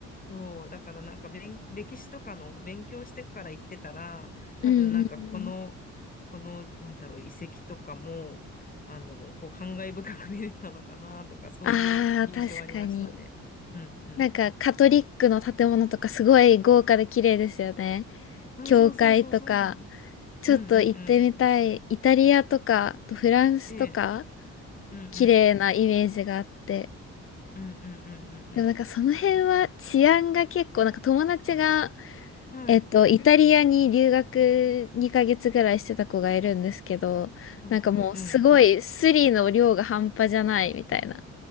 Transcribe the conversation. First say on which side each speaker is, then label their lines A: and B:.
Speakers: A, on the left; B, on the left.
A: そう、だからなんか勉、歴史とかの勉強してから行ってたら、多分なんかこの、
B: うんうんうん。
A: この、なんだろう、遺跡とかも、あの、こう、感慨深く見れたのかなとか、そういう印象ありましたね。
B: あー、確かに。
A: うんうんうん。
B: なんか、カトリックの建物とかすごい豪華で綺麗ですよね。
A: そうそうそうそう、
B: 教会とか。
A: そうなんですよね。
B: ちょっと行ってみたい。
A: うんうんうん。
B: イタリアとか、あとフランスとか、
A: ええ、うんうん。
B: 綺麗なイメージがあって。
A: うんうんうんうん
B: でもなんかその辺は治安が結構なんか友達が、
A: うん。えはい。
B: えっと、イタリアに留学2ヶ月ぐらいしてた子がいるんですけど、
A: すごいすごい。
B: なんかもうすごいスリの量が半端じゃないみたいな
A: うん。